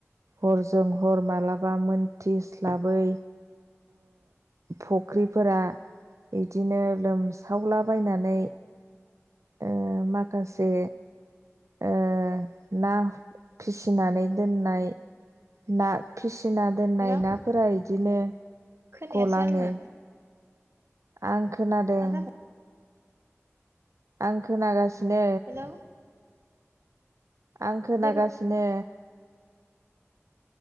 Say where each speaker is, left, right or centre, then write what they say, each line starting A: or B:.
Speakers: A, on the right; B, on the right.
A: हरजों हर मालाबा मोनथिस्लाबै फुख्रिफोरा इदिनो लोमसावलाबायनानै ओ माखासे ओ ना। फिसिनानै दोननाय ना। फिसिना दोननाय
B: हेलौ
A: नाफोरा इदिनो।
B: खोनायासै
A: गलाङो
B: आंङो।
A: आं खोनादों।
B: जाखो
A: आं खोनागासिनो।
B: हेलौ
A: आं खोनागासिनो।
B: जेबो